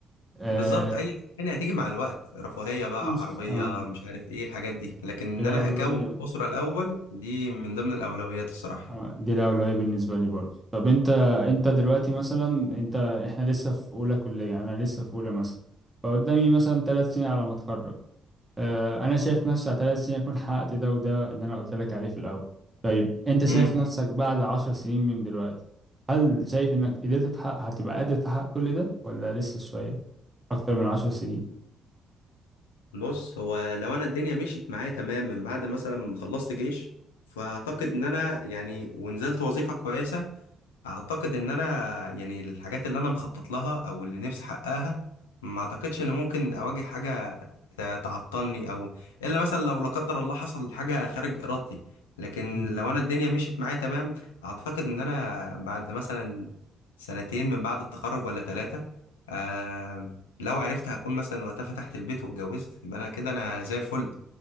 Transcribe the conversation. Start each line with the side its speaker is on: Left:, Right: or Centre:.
Right: آه،
Left: بالظبط اي حاجه تانية هتيجي مع الوقت رفاهيه بقى
Right: مش
Left: عربيه
Right: آه
Left: مش عارف ايه الحاجات دي لكن ان
Right: الاولوية
Left: انا اكون اسره الاول دي من ضمن الاولويات الصراحه
Right: آه دي الاولوية بالنسبة لي برضه طب انت انت دلوقتي مثلا انت احنا لسه في اولى كلية انا لسه في اولى مثلا فقدامي مثلا ثلاث سنين على ما اتخرج آه، انا شايف نفسي على ثلاث سنين اكون حققت ده وده اللي انا قلت لك عليه في الاول طيب انت شايف
Left: مم.
Right: نفسك بعد عشر سنين من دلوقتي هل شايف انك قدرت تحقق هتبقى قادر تحقق كل ده ولا لسه شوية اكتر من عشر سنين
Left: بص هو لو انا الدنيا مشيت معايا تمام من بعد مثلا ما خلصت جيش فاعتقد
Right: مم.
Left: ان انا يعني ونزلت وظيفة كويسة اعتقد ان انا يعني الحاجات اللي انا مخطط لها او اللي نفسي احققها ما اعتقدش ان ممكن اواجه حاجه ت- تعطلني او الا مثلا لو لا قدر الله حصل حاجه خارج ارادتي لكن
Right: مم.
Left: لو انا الدنيا مشيت معايا تمام اعتقد ان انا بعد مثلا سنتين من بعد التخرج ولا ثلاثه آه لو عرفت هكون مثلا وقتها فتحت البيت واتجوزت يبقى انا كده انا زي الفل